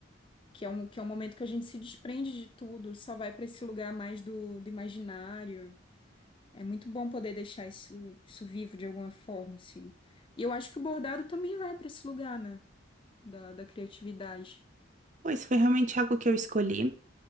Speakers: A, on the left; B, on the right.
A: que é um, que é um momento que a gente se desprende de tudo, só vai para esse lugar mais do, do imaginário. É muito bom poder deixar isso, isso vivo de alguma forma, assim. E eu acho que o bordado também vai para esse lugar, né? Da, da criatividade.
B: Pois foi realmente algo que eu escolhi,